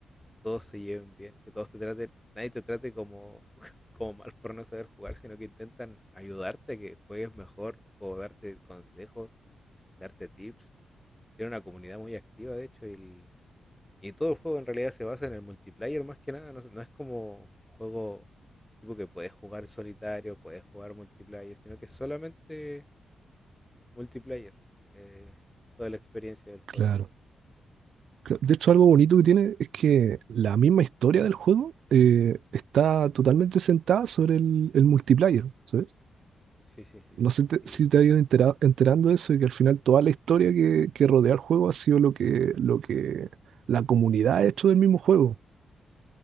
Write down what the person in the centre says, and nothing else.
todos se lleven bien, que todos te traten, nadie te trate como, <laughs> como mal por no saber jugar, sino que intentan ayudarte a que juegues mejor o darte consejos, darte tips. Tiene una comunidad muy activa, de hecho, y, el- y todo el juego en realidad se basa en el multiplayer más que nada, no, no es como juego tipo que puedes jugar solitario, puedes jugar multiplayer, sino que es solamente multiplayer, eh, toda la experiencia del juego.
Sí, sí, sí,
sí.